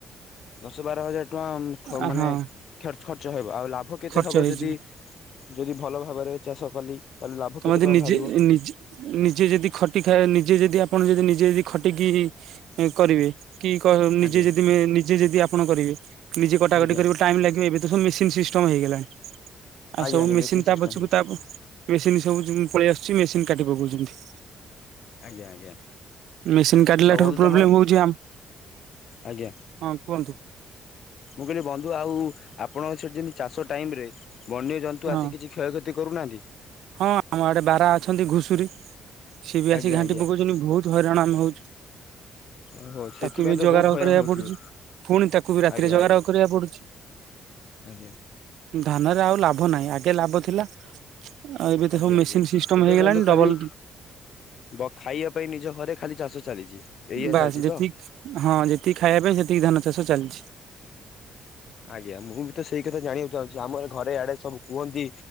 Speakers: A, on the left; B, on the right.
A: ଦଶ ବାର ହଜାର ଟଙ୍କା ଖ
B: ଆ,
A: ମାନେ
B: ହଁ
A: ଖର୍ଚ୍ଚ ହେବ ଆଉ ଲାଭ କେତେ
B: ଖର୍ଚ୍ଚ
A: ହବ
B: ହେଇଯିବ
A: ଯଦି ଯଦି ଭଲ ଭାବରେ ଚାଷ କଲି। ତାହେଲେ ଲାଭ
B: ତମ
A: କେତେ
B: ଯେ
A: ଟଙ୍କା
B: ନିଜେ
A: ବାହାରିବ?
B: ନିଜେ ନିଜେ ଯଦି ଖଟି ଖା ନିଜେ ଯେଦି ଆପଣ ଯଦି ନିଜେ ଯଦି ଖଟିକି କରିବେ। କି କହ ନିଜେ
A: ଆଜ୍ଞା
B: ଯଦି ମେ ନିଜେ ଯଦି ଆପଣ କରିବେ। ନିଜେ କଟାକଟି
A: ଆଜ୍ଞା
B: କରିବୁ ଟାଇମ୍ ଲାଗିବ ଏବେ ତ ସବୁ ମେସିନ୍ ସିଷ୍ଟମ ହେଇଗଲାଣି। ଆଉ
A: ଆଜ୍ଞା
B: ସବୁ
A: ଆଜ୍ଞା
B: ମେସିନ୍ ତା
A: ସିଷ୍ଟମ୍
B: ପଛକୁ
A: ହେଇଛି
B: ତା ମେସିନ୍ ସବୁ ଯିମ୍ ପଳେଇ ଆସୁଛି ମେସିନ୍ କାଟି ପକଉଛନ୍ତି।
A: ଆଜ୍ଞା ଆଜ୍ଞା
B: ମେସିନ୍ କାଟିଲା
A: ଆଉ
B: ଠାରୁ
A: ବନ୍ଧୁ
B: ପ୍ରୋବ୍ଲେମ
A: ତମର
B: ହଉଛି ଆମ୍
A: ଆଜ୍ଞା
B: ହଁ କୁହନ୍ତୁ।
A: ମୁଁ କହିଲି ବନ୍ଧୁ ଆଉ ଆପଣକ ସେଠି ଯେମିତି ଚାଷ ଟାଇମରେ ବନ୍ୟଜନ୍ତୁ
B: ହଁ
A: ଆସି କିଛି କ୍ଷୟକ୍ଷତି କରୁନାହାନ୍ତି?
B: ହଁ ଆମ ଆଡ଼େ ବାରା ଅଛନ୍ତି ଘୁଷୁରୀ, ସିଏ ବି
A: ଆଜ୍ଞା
B: ଆସି ଘାଣ୍ଟି
A: ଆଜ୍ଞା
B: ପକଉଛନ୍ତି ବହୁତ ହଇରାଣ ଆମେ ହଉଛୁ।
A: ଓହୋ ସେଥିପାଇଁ
B: ତାକୁ ବି
A: ତ
B: ଜଗାରଖ
A: ବହୁତ ହଇରାଣ
B: କରିବାକୁ
A: ହଉଥିବେ
B: ପଡୁଛି, ଫୁଣି ତାକୁ ବି ରାତିରେ
A: ଆଜ୍ଞା
B: ଜଗାରଖ
A: ଆଜ୍ଞା
B: କରିବାକୁ ପଡୁଛି।
A: ଆଜ୍ଞା।
B: ଧାନରେ ଆଉ ଲାଭ ନାହିଁ ଆଗେ ଲାଭ ଥିଲା। ଆଉ ଏବେ ତ
A: ଆଜ୍ଞା
B: ସବୁ ମେସିନ
A: ଆଜ୍ଞା,
B: ସିଷ୍ଟମ
A: ଏବେ
B: ହେଇଗଲାଣି
A: ବନ୍ଧୁ ଖାଲି
B: ଡବଲ
A: ବ ଖାଇବା ପାଇଁ ନିଜ ଘରେ ଖାଲି ଚାଷ ଚାଲିଚି, ଏଇଆ
B: ବାସ୍
A: ଚାଲିଛି
B: ଯେତିକି
A: ତ?
B: ହଁ ଯେତିକି ଖାଇବା ପାଇଁ ସେତିକି ଧାନ ଚାଷ ଚାଲିଛି।
A: ଆଜ୍ଞା ମୁଁ ବି ତ ସେଇ କଥା ଜାଣିବାକୁ ଚାହୁଁଛି ଆମର ଘରେ ଏଆଡେ ସବୁ କୁହନ୍ତି।